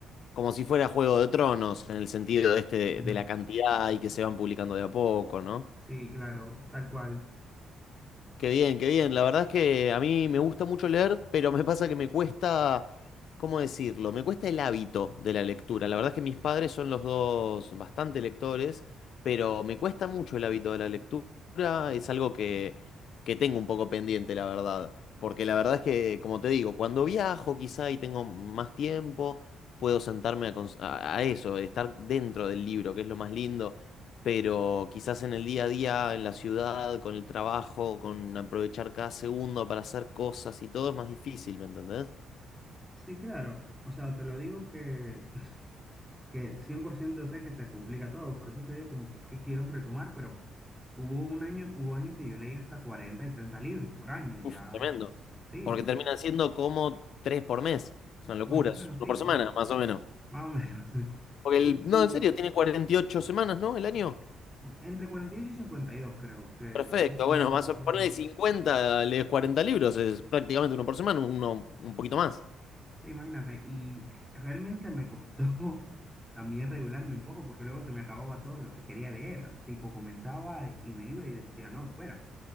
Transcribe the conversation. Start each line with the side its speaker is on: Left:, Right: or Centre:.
Left: como si fuera Juego de Tronos, en el sentido este de,
Centre: <laughs>
Left: de la cantidad y que se van publicando de a poco, ¿no?
Centre: Sí, claro, tal cual.
Left: Qué bien, qué bien. La verdad es que a mí me gusta mucho leer, pero me pasa que me cuesta, ¿cómo decirlo? Me cuesta el hábito de la lectura. La verdad es que mis padres son los dos bastante lectores, pero me cuesta mucho el hábito de la lectura. Es algo que, que tengo un poco pendiente, la verdad. Porque la verdad es que, como te digo, cuando viajo quizá y tengo más tiempo, puedo sentarme a, cons- a a eso, estar dentro del libro, que es lo más lindo pero quizás en el día a día, en la ciudad, con el trabajo, con aprovechar cada segundo para hacer cosas y todo es más difícil, ¿me entendés?
Centre: Sí, claro. O sea, te lo digo que, <laughs> que 100% sé que se complica todo, por eso te digo como que, que quiero retomar, pero hubo un año, hubo años que yo leí hasta 40 y 30 libros por año, ya.
Left: Uf, tremendo.
Centre: Sí,
Left: Porque
Centre: sí,
Left: terminan siendo como tres por mes. Es una locura,
Centre: más o menos,
Left: es uno
Centre: sí,
Left: por semana, más o menos.
Centre: más o menos. <laughs>
Left: Porque el,
Centre: sí.
Left: no,
Centre: Y
Left: en serio, tiene 48 semanas, ¿no? El año.
Centre: Entre cuarenta y ocho y cincuenta y dos creo que.
Left: Perfecto,
Centre: que son los números
Left: bueno, más
Centre: que
Left: o,
Centre: se usan.
Left: ponele 50, lees 40 libros, es prácticamente uno por semana, uno un poquito más.
Centre: Sí, imagínate. Y realmente me costó <laughs> también regularme un poco porque luego se me acababa todo lo que quería leer. Tipo, comenzaba y y me iba y decía, no, espera.